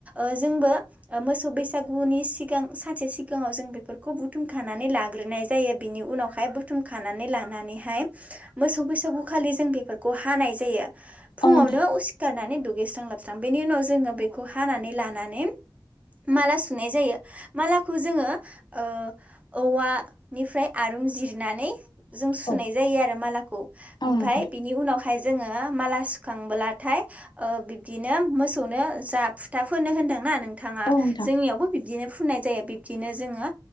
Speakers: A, on the right; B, on the left.
A: ओ जोंबो मोसौ बैसागुनि सिगां सानसे सिगां सिगाङाव जों बेफोरखौ बुथुमखानानै लाग्रोनाय जायो बिनि उनावहाय बुथुमखानानै लानानैहाय मोसौ बैसागु खालि जों बेफोरखौ हानाय जायो फुङावनो
B: औ नोंथां
A: उसिखारनानै दु गैस्रां लोबस्रां बेनि उनाव जोङो बेखौ हानानै लानानै माला सुनाय जायो माला खौ जोङो ओ औवानिफ्राय आरूं जिरनानै जों सुनाय
B: औ
A: जायो आरो मालाखौ
B: औ
A: ओमफाय
B: नोंथां
A: बिनि उनाव ओमफाय जोङो माला सुखांब्लाथाय ओ बिब्दिनो मोसौनो जा फुथा फोनो होनदोंना ना नोंथाङा
B: औ नोंथां
A: जोंनियावबो बिब्दिनो फुननाय जायो बिदिनो जोङो